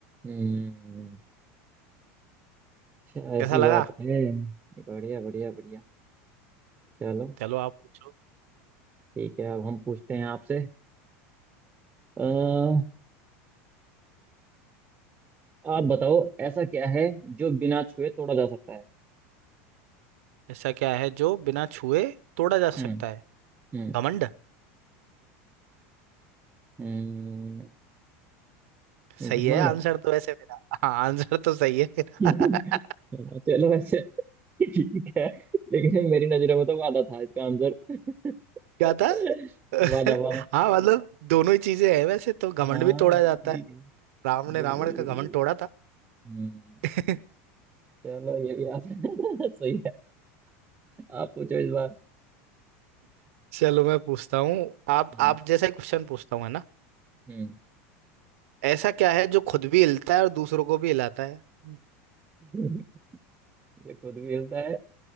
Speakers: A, on the right (about 20°); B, on the right (about 75°).
A: हम्म, अच्छा ऐसी
B: कैसा लगा
A: बात है बढ़िया बढ़िया बढ़िया चलो
B: चलो आप पूछो
A: ठीक है अब हम पूछते हैं आपसे अ, आप बताओ ऐसा क्या है जो बिना छुए तोड़ा जा सकता है
B: ऐसा क्या है जो बिना छुए तोड़ा जा
A: हम्म
B: सकता है
A: हम्म
B: घमंड
A: हम्म, घमंड
B: सही है आंसर तो वैसे मेरा हाँ आंसर तो सही है मेरा।
A: <laughs>
B: <laughs>
A: चलो ऐसे ठीक है लेकिन मेरी नजरों में तो वादा था इसका आंसर
B: क्या
A: <laughs>
B: था <laughs>
A: वादा वादा
B: हाँ मतलब दोनों ही चीजें हैं वैसे तो घमंड
A: हाँ
B: भी तोड़ा
A: वो
B: जाता
A: भी ठीक
B: है
A: है
B: राम ने
A: बिल्कुल
B: रावण का
A: बिल्कुल
B: घमंड तोड़ा था
A: हम्म
B: <laughs>
A: चलो ये भी आप <laughs> सही है आप पूछो इस बार
B: चलो मैं पूछता हूँ आप
A: हम्म
B: आप जैसा ही क्वेश्चन पूछता हूँ है ना
A: हम्म
B: ऐसा क्या है जो खुद भी हिलता है और दूसरों को भी हिलाता है <laughs>
A: <laughs> ये खुद भी हिलता है